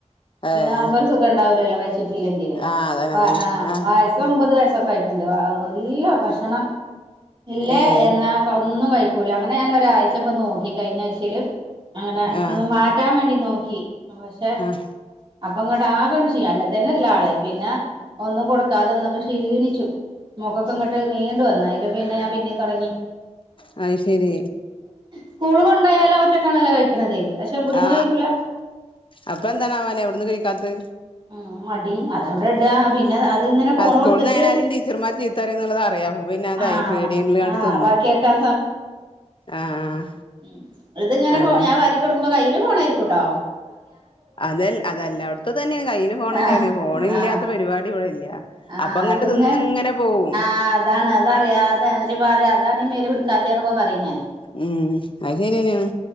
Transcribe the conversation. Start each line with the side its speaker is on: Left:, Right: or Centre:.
Left: ഏഹ്
Right: പിന്നെ നമുക്കൊരു സുഖം ഉണ്ടാവലല്ലോ കഴിച്ചിട്ടില്ലെങ്കില്
Left: ആഹ് അതന്നെ
Right: <unintelligible>
Left: അതന്നെ
Right: ആ <unintelligible>
Left: ആഹ്
Right: ഇപ്പൊ ഒമ്പത് വയസ്സൊക്കെ ആയിട്ടുണ്ട് എല്ല ഭക്ഷണം ഇല്ലേ
Left: ഏഹ്
Right: എന്നാ ഒന്നും കഴിക്ക <unintelligible> അങ്ങനെ ഞാൻ ഒരാഴ്ച്ച ഇപ്പൊ നോക്കി കഴിഞ്ഞ ആഴ്ചയില് അങ്ങനെ
Left: ആഹ്
Right: അന്ന് മാറ്റാൻ വേണ്ടി നോക്കി പക്ഷെ-
Left: ആഹ്
Right: അപ്പൊ ഇങ്ങോട്ട് ആകെ അങ്ങോട്ട് ക്ഷണിച്ചു അല്ല തന്നെയില്ല ആള് പിന്നെ ഒന്നും കൊടുക്കാതെ വന്നപ്പോ ക്ഷീണിച്ചു മുഖൊക്കെ ഇങ്ങോട്ട് നീണ്ടു വന്ന് അതില് പിന്നെ ഞാൻ പിന്നെ തുടങ്ങി <inaudible>
Left: അത് ശെരി
Right: സ്കൂള് കൊണ്ടായാല ഒറ്റയ്ക്കണല്ലേ കഴിക്കുന്നത് പക്ഷെ ഇവിട്ന്ന്
Left: ആ
Right: കഴിക്കൂല
Left: അപ്പൊ എന്താണാവോ <unintelligible> അവിടുന്ന് കഴിക്കാത്ത്
Right: ഉം മടി അത് അവിടെ ഇടുക പിന്നെ- അതിങ്ങനെ ഫോണ്
Left: ആ സ്കൂളിൽ
Right: കൊടുത്തിട്ട്
Left: അങ്ങനെ ആരെങ്കിലും ടീച്ചർമാർ ചീത്ത പറയും എന്നുള്ളത് അറിയാം പിന്നെ അതായി
Right: ആഹ്
Left: പേടി ഇല്ലാതെ
Right: ആഹ്
Left: തിന്നു
Right: ബാക്കിയാക്കാൻ
Left: ആഹ് ആഹ്
Right: ഉം ഇത് ഇങ്ങനെ <unintelligible>
Left: അതന്നെ
Right: ഞാൻ വാരി കൊടുക്കുമ്പോ കയ്യിയില് ഫോൺ ആയിരിക്കും കേട്ടോ
Left: അത് അതല്ലായിടത്തും തന്നെയാണ് കയ്യിയില് ഫോണ് തന്നെയാണ്
Right: ആഹ്
Left: ഫോൺ ഇല്ലാത്ത
Right: ആഹ്
Left: പരിപാടി ഇവിടെ ഇല്ല
Right: ആഹ്
Left: അപ്പോയെങ്ങാണ്ട്
Right: അതിങ്ങ
Left: തിന്നു ഇങ്ങനെ പോവും
Right: ആഹ് അതാണ് അത് അറിയാതെ പറയും അതാണ് ഈ മേല് പിടിക്കാത്തെ എന്നൊക്കെ പറയും ഞാന്
Left: ഉം അത് ശരി തന്നെയാണ്